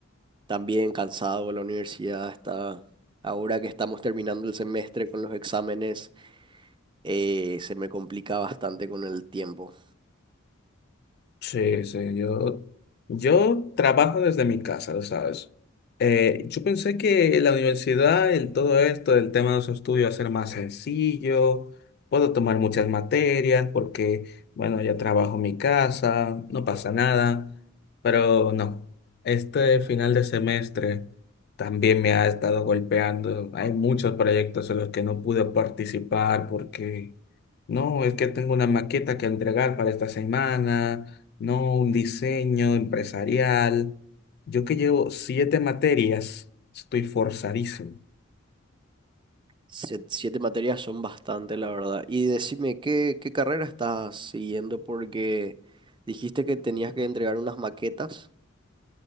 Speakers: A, on the right (about 25°); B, on the left (about 50°).
A: También cansado, de la universidad está... Ahora que estamos terminando el semestre con los exámenes, eh, se me complica bastante con el tiempo.
B: Sí, sí, yo, yo trabajo desde mi casa, lo sabes. Eh, yo pensé que la universidad, el todo esto, el tema de los estudios va a ser más sencillo, puedo tomar muchas materias porque, bueno, ya trabajo en mi casa, no pasa nada, pero no, este final de semestre también me ha estado golpeando. Hay muchos proyectos en los que no pude participar porque, no, es que tengo una maqueta que entregar para esta semana no un diseño empresarial. Yo que llevo siete materias, estoy forzadísimo.
A: Se- siete materias son bastante, la verdad. Y decime, ¿qué, qué carrera estás siguiendo? Porque dijiste que tenías que entregar unas maquetas.